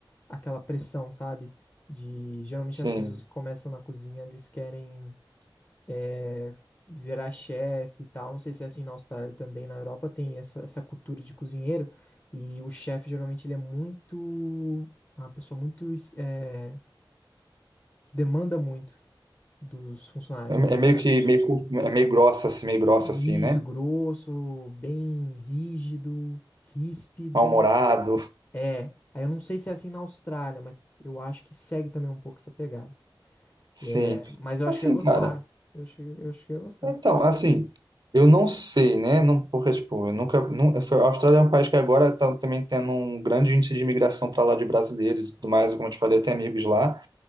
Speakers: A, on the left (about 30°); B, on the right (about 55°).
A: aquela pressão, sabe? De geralmente
B: Sim.
A: as pessoas que começam na cozinha, eles querem é, virar chefe e tal. Não sei se é assim na Austrália também, na Europa tem essa, essa cultura de cozinheiro e o chefe geralmente ele é muito, uma pessoa muito é, que demanda muito dos funcionários dele,
B: É meio
A: sabe?
B: que meio, cur- é meio grossa, assim, meio grossa, assim,
A: Isso,
B: né?
A: grosso, bem rígido, ríspido.
B: Mal-humorado.
A: É, aí eu não sei se é assim na Austrália, mas eu acho que segue também um pouco essa pegada.
B: Sim.
A: É, mas eu
B: Assim,
A: acho que eu ia gostar.
B: cara.
A: Eu acho, que- eu acho que eu ia gostar.
B: Então, assim, eu não sei, né? Não, porque, tipo, eu nunca. Não, foi- a Austrália é um país que agora tá também tendo um grande índice de imigração para lá de brasileiros e tudo mais, como eu te falei, eu tenho amigos lá.